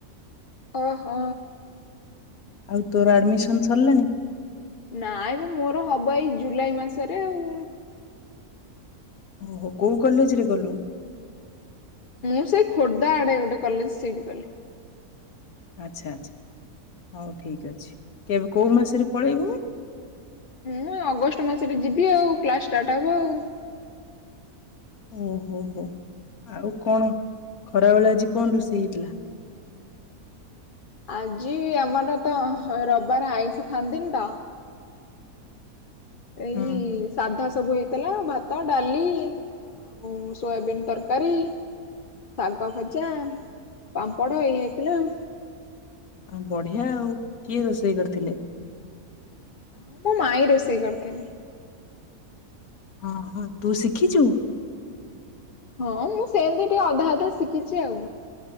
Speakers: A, on the left (about 40°); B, on the left (about 75°).
A: ଓ ହ।
B: ଆଉ ତୋର ଆଡମିସନ ସରିଲାଣି।
A: ନାଇଁ ବେ ମୋର ହବ ଏଇ ଜୁଲାଇ ମାସରେ ଆଉ।
B: ଓହୋ କୋଉ କଲେଜ ରେ କଲୁ।
A: ମୁଁ ସେଇ ଖୋର୍ଦ୍ଧା ଆଡେ ଗୋଟେ କଲେଜ ସେଇଠି କଲି।
B: ଆଚ୍ଛା ଆଚ୍ଛା ହଉ ଠିକ୍ ଅଛି କେବେ କୋଉ ମାସରେ ପଳେଇବୁ?
A: ହୁଁ ଅଗଷ୍ଟ ମାସରେ ଯିବି ଆଉ କ୍ଲାସ ଷ୍ଟାର୍ଟ ହବ ଆଉ।
B: ଓହୋ ହୋ ଆଉ କଣ ଖରାବେଳେ ଆଜି କଣ ରୋଷେଇ ହେଇଥିଲା।
A: ଆଜି ଆମର ତ ହଁ ଅ ରବିବାର ଆଇଁଷ ଖାଆନ୍ତିନି ତ ଏଇ
B: ହୁଁ
A: ସାଧା ସବୁ ହେଇଥିଲା ଭାତ ଡାଲି ଆଉ ସୋୟାବିନ୍ ତରକାରୀ। ଶାଗ ଭଜା ପାମ୍ପଡ଼ ଏଇଆ ହେଇଥିଲା ଆଉ।
B: ଆ ବଢିଆ ଆଉ କିଏ ରୋଷେଇ କରିଥିଲେ।
A: ହଁ ମୋ ମାଇଁ ରୋଷେଇ କରିଥିଲେ।
B: ହଁ ହଁ ତୁ ଶିଖିଚୁ?
A: ହଁ ମୁଁ ସେମିତି ଟିକେ ଅଧା ଅଧା ଶିଖିଛି ଆଉ।